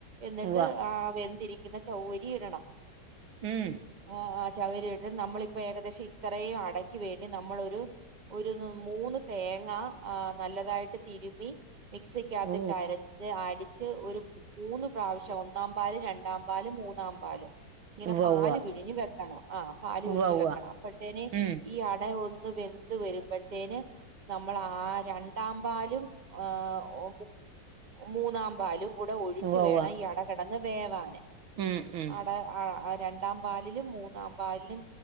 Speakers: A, on the right; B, on the right.
A: എന്നിട്ട്
B: ഉവ്വ
A: ആ വെന്തിരിക്കുന്ന ചൗവരിയിടണം
B: ഉം
A: ആഹ് ആ് ചൗവരിയിട്ട് നമ്മളിപ്പോ ഏകദേശം ഇത്രയും അടയ്ക്ക് വേണ്ടി നമ്മളൊരു ഒരു മൂന്ന് തേങ്ങ ആ നല്ലതായിട്ട് തിരുമ്മി മിക്സിക്കകത്തിട്ട്
B: ഓ
A: അരച്ച് അടിച്ച് ഒരു മൂന്ന് പ്രാവശ്യം ഒന്നാം പാല് രണ്ടാം പാ ല്, മൂന്നാം പാല് ഇങ്ങനെ
B: ഉവ്വ
A: പാല്
B: ഉവ്വ
A: വിഴിഞ് വെക്കണം ആഹ് പാല്‌
B: ഉവ്വ
A: വിഴിഞ്ഞു
B: ഉവ്വ
A: വെക്കണം അപ്പഴത്തേന്
B: ഉം
A: ഈ അടയൊന്ന് വെന്ത് വരുമ്പഴത്തേന് നമ്മളാ ആ രണ്ടാം പാലും, എഹ് ഓ മൂന്നാം പാലും കൂടെ ഒഴിച്ചു
B: ഉവ്വ
A: വേണം
B: ഉവ്വ
A: ഈ അട കെടന്ന് വേവാന്
B: ഉം ഉം
A: അട ആഹ്‌ രണ്ടാം പാലിലും, മൂന്നാം പാലിലും